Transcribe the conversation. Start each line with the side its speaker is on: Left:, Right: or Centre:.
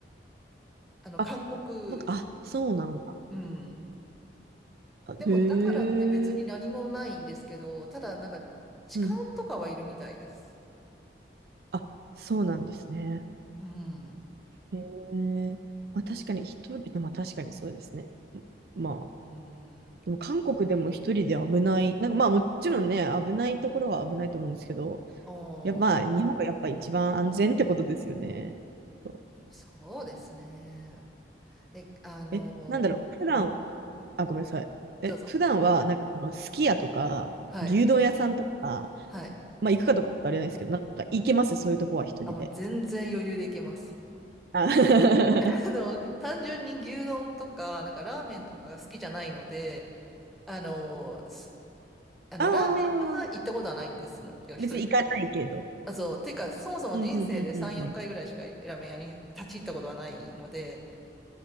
Centre: あの、
Right: あ、
Centre: 韓国、
Right: なんか、あ、そうなん
Centre: うん。
Right: だ。
Centre: でも、
Right: へ
Centre: だからって別に何もないんですけど、
Right: え。
Centre: ただ、なんか、痴漢とかはいるみたいです。
Right: うん。あ、そうなんですね。
Centre: うん。
Right: へえ。まあ確かに一人、でも確かにそうですね。まあ、
Centre: うん。
Right: でも韓国でも一人で危ない、なんかまあもちろんね、危ないところは危ないと思うんですけど、
Centre: あ
Right: やっぱまあ日本がやっぱ一番安全ってことですよね。
Centre: あ、
Right: と
Centre: うんそうですね。え、あの、
Right: え、なんだろう、普段、
Centre: うん、
Right: あ、ごめんなさい。え、
Centre: どうぞ。
Right: 普段はなんかあのすき家とか牛丼屋さんとか、
Centre: はい。はい。
Right: まあ行くかとかあれなんですけど、なんか行けますそういうとこは一人で。
Centre: あ、もう全然余裕でいけます。
Right: あ <laughs>
Centre: あの、単純に牛丼とか、なんかラーメンとかが好きじゃないので、あの、すあの、
Right: あー、
Centre: ラーメンは行ったことはないんですのよ、一人で。
Right: 別に行かないけど。
Centre: あ、そう、てか、そもそも人生で3、
Right: うん、うん、うん、うん。
Centre: 4回ぐらいしかラーメン屋に立ち入ったことはないので、
Right: うん